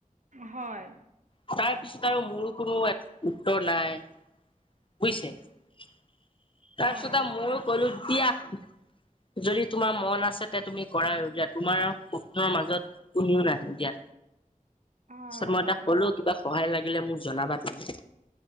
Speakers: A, on the right; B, on the left.
A: হয়।
B: তাৰপিছত আৰু মোৰো কোনো এক উত্তৰ নাই, বুইছে? তাৰপিছত
A: হয়
B: আৰু মইয়ো ক'লো দিয়া। যদি তোমাৰ মন আছে তে তুমি কৰা আৰু দিয়া। তোমাৰ আৰু সপোনৰ মাজত কোনেও নাহে দিয়া।
A: হয়
B: তাৰপাছত মই
A: হয়
B: তাক ক'লো, কিবা সহায় লাগিলে মোক জনাবা তুমি।